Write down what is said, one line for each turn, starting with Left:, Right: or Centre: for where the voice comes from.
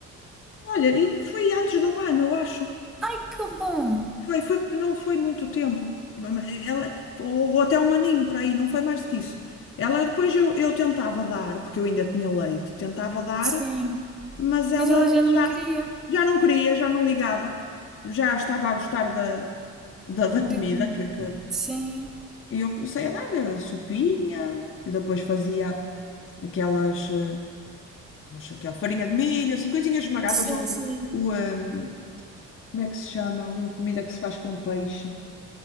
Left: olha, e foi antes de um ano, eu acho.
Centre: Ai, que bom.
Left: Foi, foi, não foi muito tempo. Ma- ma- Ela, ou, ou até um aninho para aí, não foi mais do que isso. Ela depois eu, eu tentava dar, porque eu ainda tinha leite, tentava dar,
Centre: Sim.
Left: mas ela
Centre: Mas ela já não
Left: já
Centre: queria.
Left: não, já não queria, já não ligava. Já estava a gostar da, da, da comida
Centre: De-
Left: que, que-
Centre: Sim,
Left: e eu comecei a dar-lhe sopinha e depois fazia. Aquelas, eh, mas aquela farinha de milho, assim, coisinhas esmagadas,
Centre: sim,
Left: ou
Centre: sim.
Left: o, ehm, como é que se chama? Havia uma comida que se faz com peixe,